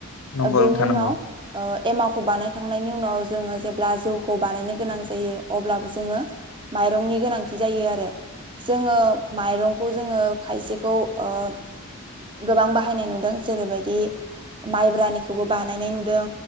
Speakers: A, on the left; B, on the right.
A: नंगौ
B: बेनि
A: नोंथां
B: उनाव
A: नंगौ
B: ओ एमाखौ बानायखांनायनि उनाव जोङो जेब्ला जौखौ बानायनो गोनां जायो अब्लाबो जोङो माइरंनि गोनांथि जायो आरो जोङो
A: नंगौ
B: माइरंखौ जोङो खायसेखौ ओ गोबां बाहायनाय नुदों जेरैबायदि माइब्रानिखौबो बानायनाय नुदों